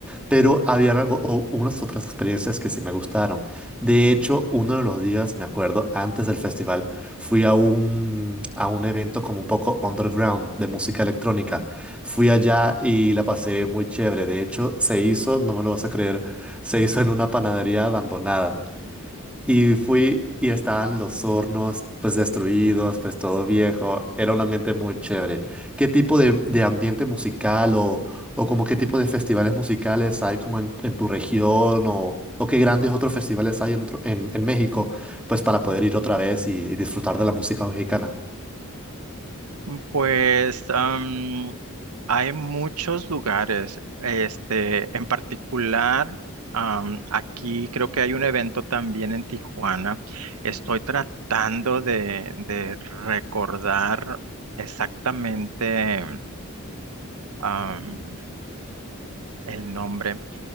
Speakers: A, in the centre; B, on the right (about 90°).
A: pero habían algo, o unas otras experiencias que sí me gustaron. De hecho, uno de los días, me acuerdo, antes del festival, fui a un, a un evento como un poco underground de música electrónica. Fui allá y la pasé muy chévere. De hecho, se hizo, no me lo vas a creer, se hizo en una panadería abandonada. Y fui y estaban los hornos pues destruidos, pues todo viejo. Era un ambiente muy chévere. ¿Qué tipo de, de ambiente musical o, o como qué tipo de festivales musicales hay como en, en tu región o, o qué grandes otros festivales hay en, otro- en, en México pues para poder ir otra vez y, y disfrutar de la música mexicana?
B: Pues am, hay muchos lugares, este, en particular, am, aquí creo que hay un evento también en Tijuana. Estoy tratando de, de recordar exactamente am, el nombre,